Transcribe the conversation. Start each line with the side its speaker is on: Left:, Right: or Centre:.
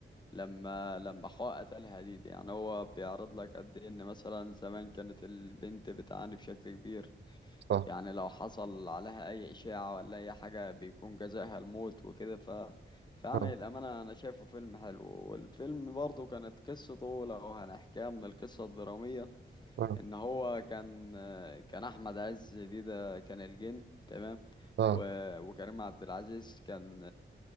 Left: لما لما حقوق قتلها دي, دي يعني هو بيعرض لك قد ايه ان مثلا زمان كانت البنت بتعاني بشكل كبير
Right: صح
Left: يعني لو حصل عليها اي اشاعة ولا اي حاجة بيكون جزاها الموت وكده ف فيعني
Right: آه
Left: الامانة انا شايفه فيلم حلو والفيلم برضه كانت قصته لو هنحكيها من القصة الدرامية
Right: آه
Left: ان هو كان كان احمد عز دي ده كان الجن تمام
Right: آه
Left: و... وكريم عبد العزيز كان